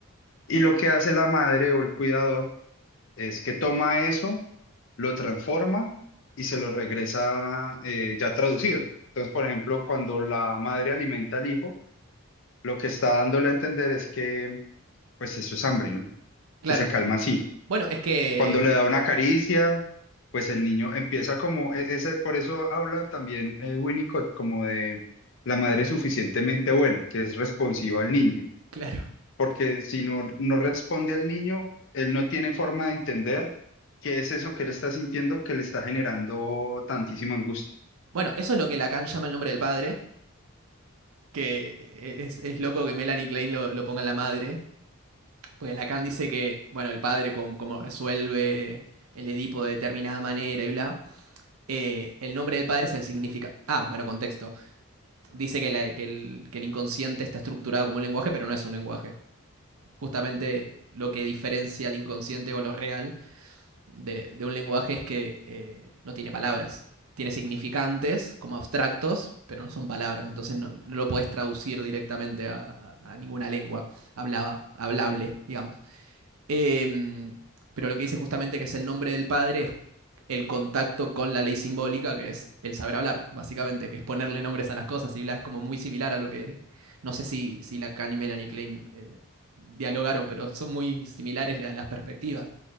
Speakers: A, on the left; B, on the right.
A: Y lo que hace la madre o el cuidador es que toma eso, lo transforma y se lo regresa eh, ya traducido. Entonces, por ejemplo, cuando la madre alimenta al hijo, Lo que está dándole a entender es que, pues eso es hambre, ¿no?
B: Claro.
A: Que se calma así.
B: Bueno, es que.
A: Cuando le da una caricia, pues el
B: eh,
A: niño empieza como, e- ese, por eso habla también eh, Winnicott como de la madre suficientemente buena, que es responsiva al niño,
B: claro.
A: porque si no, no responde al niño, él no tiene forma de entender qué es eso que él está sintiendo que le está generando tantísima angustia.
B: Bueno, eso es lo que Lacan llama el nombre del padre. Que es, es loco que Melanie Klein lo, lo ponga en la madre. Porque Lacan dice que, bueno, el padre, com- como, resuelve el Edipo de determinada manera y bla. eh, el nombre del padre es el significado. Ah, bueno, contexto. Dice que, la- que el, que el inconsciente está estructurado como un lenguaje, pero no es un lenguaje. justamente lo que diferencia al inconsciente o lo real de, de un lenguaje es que eh, no tiene palabras. Tiene significantes como abstractos, pero no son palabras. Entonces no, no lo puedes traducir directamente a, a- a ninguna lengua hablaba, hablable, digamos. Em, pero lo que dice justamente que es el nombre del padre es el contacto con la ley simbólica, que es el saber hablar, básicamente, que es ponerle nombres a las cosas y bla, es como muy similar a lo que, no sé si, si Lacan y Melanie Klein eh, dialogaron, pero son muy similares la- las perspectivas.